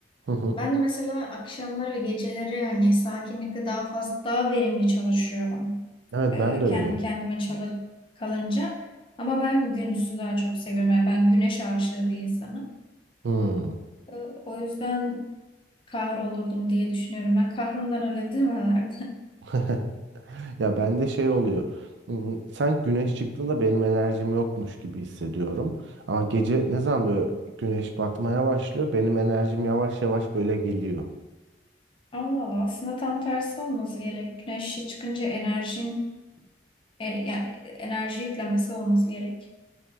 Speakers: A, on the right; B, on the left.
A: Hı hı.
B: Ben de mesela akşamları ve geceleri hani sakinlikle daha fazla daha verimli çalışıyorum.
A: Evet
B: Ee,
A: ben de
B: kendi
A: öyleyim.
B: kendime çalış kalınca. Ama ben gündüzü daha çok seviyorum. Yani ben güneş aşığı bir insanım.
A: Hmm.
B: E, O yüzden kahrolurdum diye düşünüyorum. Ben kahrımdan öyle demelerdi. <laughs>
A: <laughs> Ya bende şey oluyor. Hmm, Sanki güneş çıktığında benim enerjim yokmuş gibi hissediyorum. Ama gece ne zaman böyle güneş batmaya başlıyor benim enerjim yavaş yavaş böyle geliyor.
B: Allah Allah aslında tam tersi olması gerek. Güneşe çıkınca enerjin e, yani enerji yüklemesi olması gerek.